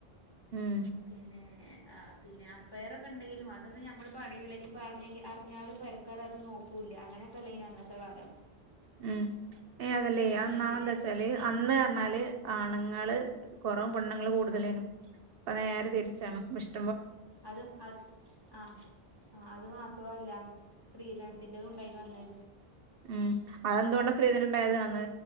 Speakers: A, on the right; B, on the left.
A: ഉം
B: പിന്നെ ആഹ് പിന്നെ അഫ്‌യർ ഒക്കെ ഉണ്ടെങ്കിലും അത് അതൊന്ന് ഞമ്മള് പറയൂലെങ്കിൽ പറഞ്ഞങ്കി അറിഞ്ഞാലും പെരക്കാര് അത് നോക്കൂല്ല അങ്ങനക്ക ലൈനാ അന്നത്തെ കാലം
A: ഉം ഏഹ് അതല്ലേ യ
B: ഏഹ്
A: ഒന്നാമെന്ത്
B: പിന്നെ
A: വെച്ചാലെ അന്ന് പർഞാല് ആണുങ്ങള് കൊറവും പെണ്ണുങ്ങള് കൂടുതലേനും ഇപ്പ നേരെ തിരിച്ചാണ് പഷ്
B: അത് അത് ആഹ് ആഹ് അത് മാത്രോ അല്ല സ്ത്രീധനത്തിന്റതും ഉണ്ടായിനു അന്ന്
A: ഉം അത് എന്തുകൊണ്ടാ സ്ത്രീധനംണ്ടായത് ന്ന്